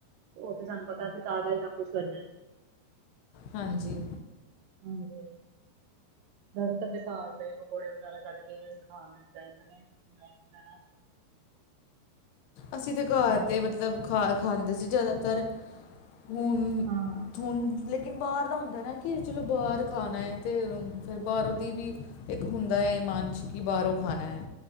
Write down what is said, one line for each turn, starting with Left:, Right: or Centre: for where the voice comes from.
Right: ਓ ਤੇ ਸਾਨੂੰ ਪਤਾ ਅਸੀ ਤਾਜਾ ਈ ਸਭ ਕੁੱਛ ਕਰਨਾ ਐ।
Left: ਹਾਂਜੀ।
Right: ਹਾਂਜੀ। ਜਿਆਦਾਤਰ ਤੇ ਘਰ ਦੇ ਪਕੌੜੇ ਵਗੈਰਾ ਕੱਢ ਕੇ ਜੇੜੇ ਖਾ ਲੈਣੇ ਚਾਹੀਦੇ ਨੇ ਬ੍ਰੈਡ ਵਗੈਰਾ।
Left: ਅਸੀ ਤੇ ਘਰ
Right: ਹੋਰ
Left: ਦੇ ਮਤਲਬ ਖਾ ਖਾਂਦੇ ਸੀ ਜਿਆਦਾਤਰ। ਹੂਣ
Right: ਹਾਂ
Left: ਥੁਣ ਲੇ ਲੇਕਿਨ ਬਾਹਰ ਦਾ ਹੁੰਦਾ ਐ ਨਾ ਕਿ ਚਲੋ ਬਾਰ ਖਾਣਾ ਐ ਤੇ ਫੇਰ ਬਾਰੋਂ ਦੀ ਵੀ ਇੱਕ ਹੁੰਦਾਂ ਏ ਮਨ ਚ, ਕਿ ਬਾਰੋਂ ਖਾਣਾਂ ਏਂ।